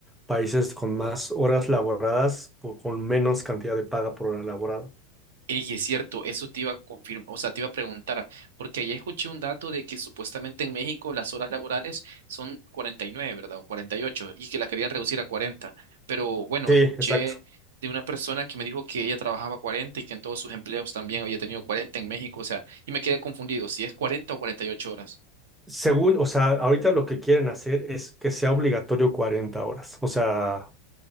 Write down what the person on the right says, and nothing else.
Ey, es cierto, eso te iba a confirmar, o sea, te iba a preguntar, porque ayer escuché un dato de que supuestamente en México las horas laborales son 49, ¿verdad? O 48, y ocho, y que la querían reducir a 40. Pero bueno,
escuché
de una persona que me dijo que ella trabajaba 40 y que en todos sus empleos también había tenido 40 en México, o sea, y me quedé confundido, si es 40 o 48 horas.